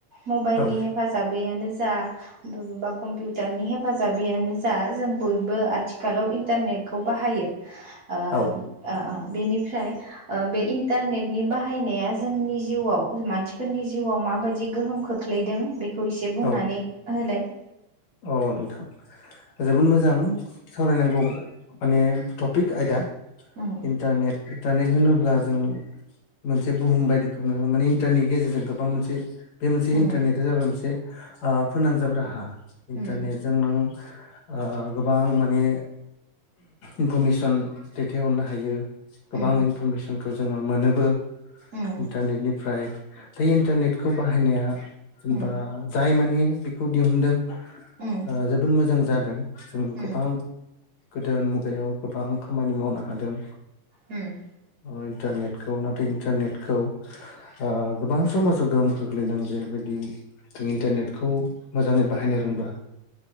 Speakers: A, on the right (about 30°); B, on the left (about 65°).
A: मबाइनि
B: औ
A: हेफाजाबैयानो ज जा बबेबा कम्पिउटारनि हेफाजाबैयानो जा जों बयबो आथिखालाव इन्टारनेट खौ बाहायो ओ
B: औ
A: ओ ओ बेनिफ्राय ओ बे इन्टारनेटनि बाहायनाया जोंनि जिउआव मानसिफोरनि जिउआव मा माबायदि गोहोम खोख्लैदों बेखौ एसे बुंनानै
B: औ
A: होलाय।
B: अ नोंथां जोबोद मोजां सावरायनांगौ माने टपिक आयदा
A: उम
B: इन्टारनेट -- इन्टारनेट होनोब्ला जों मोनसे बुहुम बायदिखौनो माने इन्टारनि गेजेरजों गोबां मोनसे बे मोनसे
A: उम
B: इन्टारनेटा जाबाय मोनसे ओ फोनांजाब राहा। इन्टारनेटजों
A: उम
B: नों ओ गोबां माने इनफरमेसन दैथायहरनो हायो गोबां
A: उम
B: इनफरमेसनखौ जोङो मोनोबो
A: उम
B: इन्टारनेटनिफ्राय बे इन्टारनेटखौ बाहायनाया जेनबा
A: उम
B: जाय माने बेखौ दिहुनदों
A: उम
B: ओ जोबोद मोजां जादों जों
A: उम
B: गोबां गोदान मुगायाव गोबां खामानि मावनो हादों।
A: उम।
B: ओ इन्टारनेटखौ नाथाय इन्टारनेटखौ ओ गोबां समाजाव गोहोम खोख्लैदों जेरैबायद दि जों इन्टारनेटखौ मोजाङै बाहायनो रोंबा